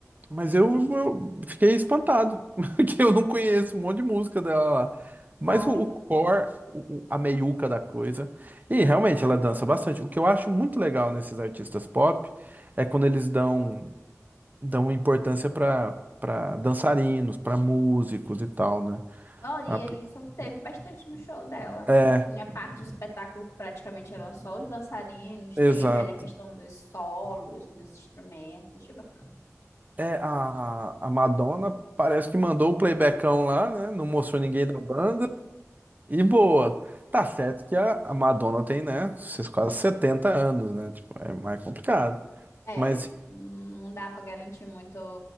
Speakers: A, on the right; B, on the left.
A: mas eu, eu fiquei espantado, <laughs> que eu não conheço um monte de música dela lá. Mas
B: Ah,
A: o, o core, o- o- a meiuca da coisa. E realmente ela dança bastante. O que eu acho muito legal nesses artistas pop é quando eles dão, dão importância para para dançarinos, para músicos e tal, né?
B: Oh, e
A: A-
B: aí isso teve bastante no show dela.
A: é,
B: Tinha parte do espetáculo que praticamente eram só os dançarinos,
A: exato.
B: teve ali a questão dos solos, dos instrumentos, achei bacana.
A: É, a, a Madonna parece que mandou o playbackão lá, né? Não mostrou ninguém da banda. E boa. Tá certo que a a Madonna tem, né, esses quase 70 anos, né? Tipo, é mais complicado.
B: É,
A: Mas,
B: não dá pra garantir muito